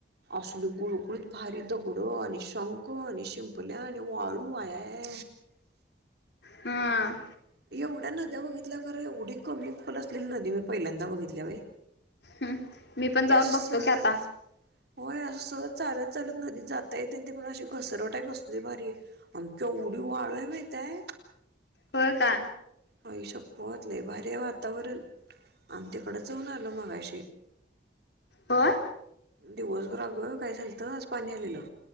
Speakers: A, on the right; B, on the left.
A: असल गुळुगुळीत भारी दगड आणि शंक आणि शिंपल्या आणि वाळू आया या.
B: हां
A: एवढ्या नद्या बघितल्या खरं एवढी कमी खोल असलेली नदी मी पहिल्यांदा बघितल्या बाई.
B: हम्म मी पण जाऊन
A: असं सहज
B: बघतो की आता.
A: होय असं सहज चालत चालत नदीत जाता येतय ते पण अशी घसरट आहे कसली भारी आणि के तो वाळाय माहिताय.
B: होय का.
A: आई शप्पथ लई भारी आहे वातावरण आम्ही तिकडेच जाऊन आलो मगाशी.
B: होय
A: दिवसभर अग काय झालत आज पाणी आलेलं